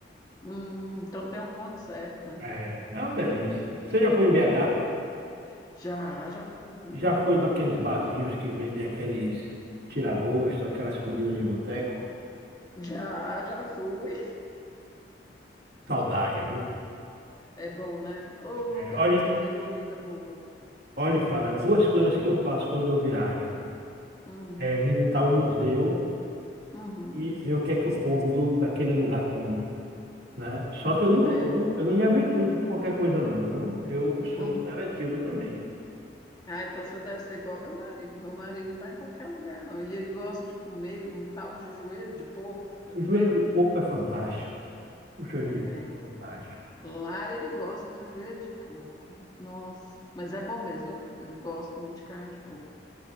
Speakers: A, on the left (about 20°); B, on the right (about 60°).
A: Hum, então tem um ponto certo, né?
B: É, é uma delícia. Você já foi em BH?
A: É. Já, já fui.
B: Já foi naqueles barzinhos que vendem aqueles tira-gosto, aquelas comidas de boteco?
A: Já, já fui.
B: Saudade, viu?
A: É bom, né? Ô lugar
B: É, olhe,
A: para vender comida boa.
B: olhe, Flávia, duas coisas que eu faço quando eu viajo.
A: Hum,
B: É visitar o museu
A: uhum,
B: e ver o que é que o povo do- daquele lugar come, né? Só que eu não,
A: é.
B: eu não, eu não me aventuro com qualquer coisa, não, viu? Eu
A: Hum.
B: sou seletivo também.
A: Ah, então você deve ser igual ao meu marido. Meu marido não vai em qualquer lugar, não. E ele gosta de comer um tal de joelho de porco. Já
B: O
A: comeu?
B: joelho de porco é fantástico. O joelho
A: É.
B: de porco é fantástico.
A: Lá ele gosta do joelho de porco. Nossa, mas é bom mesmo. Eu gosto muito de carne de porco.